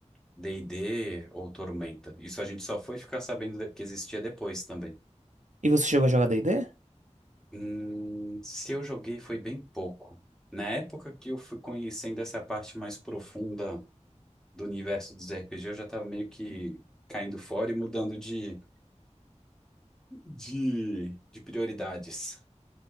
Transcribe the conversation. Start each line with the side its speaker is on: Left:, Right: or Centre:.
Centre: D&D ou Tormenta. Isso a gente só foi ficar sabendo de- que existia depois também.
Right: E você chegou a jogar D e D?
Centre: Hum, se eu joguei foi bem pouco. Na época que eu fui conhecendo essa parte mais profunda do universo dos RPG, eu já estava meio que caindo fora e mudando de, de, de prioridades.